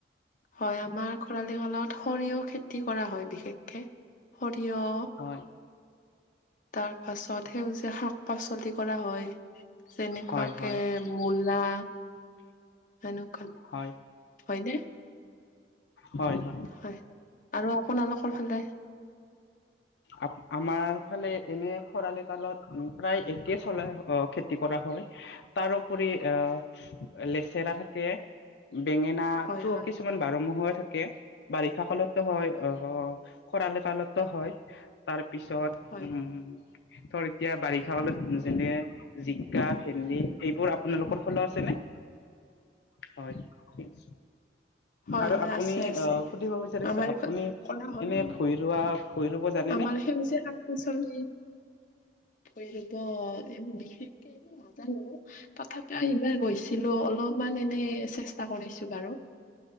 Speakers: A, on the left (about 45°); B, on the left (about 75°).
A: হয়, আমাৰ খৰালি কালত সৰিয়হ খেতি কৰা হয় বিশেষকে সৰিয়
B: হয়।
A: তাৰ পাছত সেউজীয়া শাক পাচলি। কৰা হয়, যেনেকুৱাকে
B: হয় হয়
A: মূলা ৰেণুকা
B: হয়
A: হয়ইনে?
B: হয় হয়।
A: হয় আৰু আপোনালোকৰ ফালে?
B: আ-আমাৰ ফালে এনে খৰালি কালত প্ৰায় একেই চলাই খেতি কৰা হয়। তাৰোপৰি আহ লেচেৰা থাকে, বেঙেনা
A: হয়
B: টো
A: হয়
B: কিছুমান কিমান বাৰ মাহে থাকে, বাৰিষা কালতো হয়, অ' খৰাল কালতো হয়। তাৰ পিছত উম,
A: হয়
B: ধৰ এতিয়া বাৰিষা কালত যেনে জিকা ভেন্দি এইবোৰ আপোনালোকৰ ফালেও আছেনে? হয় ঠিক।
A: হয়
B: আৰু
A: হয়
B: আপুনি
A: আছে আছে
B: আহ সুধিব বিচাৰিছো
A: আমাৰ এইফালে
B: আপুনি
A: কৰা হয়
B: এনে ভৈ ৰৱা ভৈ ৰব যা
A: আমাৰ সেউজীয়া শাক পাচলি, ভৈৰৱ এইবোৰ বিশেষকে নাজানো তথাপিও এইবাৰ গৈছিলো অলপমান এনেই চেষ্টা কৰিছো বাৰু।